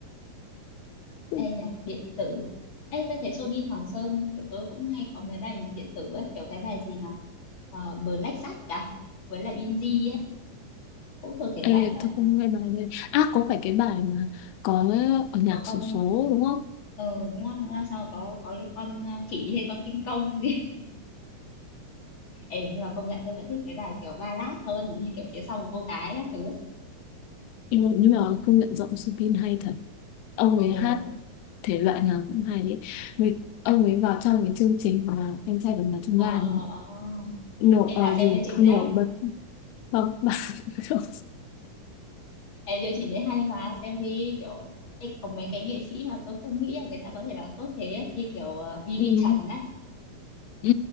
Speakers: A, on the left (about 75°); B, on the left (about 40°).
A: ừ.
B: Ê, nhạc điện tử Ê, tôi thấy Soobin Hoàng Sơn của tôi cũng hay có mấy bài nhạc điện tử ấy kiểu cái bài gì mà uh, Black Shark cả với lại Binz ấy cũng thuộc thể
A: Ê,
B: loại đấy
A: tôi không nghe bài này. À, có phải cái bài mà có ở nhạc
B: có con
A: xổ số
B: ờ
A: đúng không?
B: ờ, đúng rồi đúng rồi sao có có cái con ờ, khỉ hay con kinh công gì <laughs> Ê, nhưng mà công nhận tôi vẫn thích mấy bài kiểu ballad hơn giống như kiểu phía sau một cô gái các thứ
A: Ừ, nhưng mà công nhận giọng Subin hay thật. Ông
B: ồ,
A: ấy hát thể loại nào cũng hay ấy. Vì ông ấy vào trong cái chương trình mà anh trai vượt ngàn chông
B: ờ
A: gai đúng
B: ờ
A: không?
B: ờ
A: Nổ
B: thế
A: ờ,
B: là xem
A: gì
B: chương trình
A: nổi
B: đấy không
A: bật không bạn <laughs>
B: Ê, chương trình đấy hay mà xem đi kiểu Ê, có mấy cái nghệ sĩ mà tôi không nghĩ là người ta có thể làm tốt thế ấy, như kiểu ờ, BB
A: ừ.
B: Trần ấy
A: ừ.